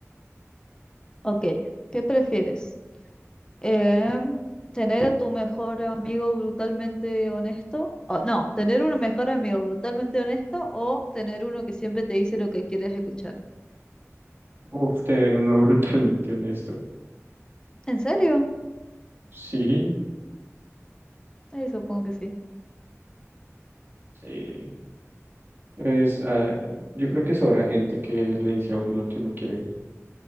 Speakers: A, on the left; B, on the right.
A: Ok, ¿qué prefieres? Em, tener a tu mejor amigo brutalmente honesto, o, no, tener un mejor amigo brutalmente honesto o tener uno que siempre te dice lo que quieres escuchar.
B: Uf, tener uno <laughs> brutalmente honesto.
A: ¿En serio?
B: Sí,
A: Eh, supongo que sí.
B: sí. Es, ah, yo creo que es hora gente que le dice a uno lo que uno quiere